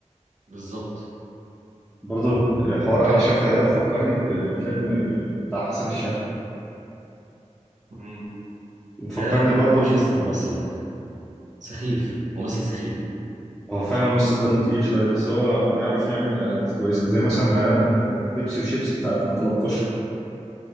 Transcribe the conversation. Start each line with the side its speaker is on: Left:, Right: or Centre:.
Right: بالظبط
Centre: برضو حوار
Right: كم
Centre: انا الشافعي ده فكرني بفيلم بتاع حسن الشافعي
Right: مم.
Centre: وفكرني
Right: لا ما
Centre: برضو
Right: بحبوش
Centre: ب-
Right: يس الممثل ده سخيف ممثل سخيف
Centre: هو فعلا الممثل دمه تقيل شويه بس هو بيعرف يعمل اعلانات كويسه زي مثلا اعلان بيبسي وشيبسي بتاع 2013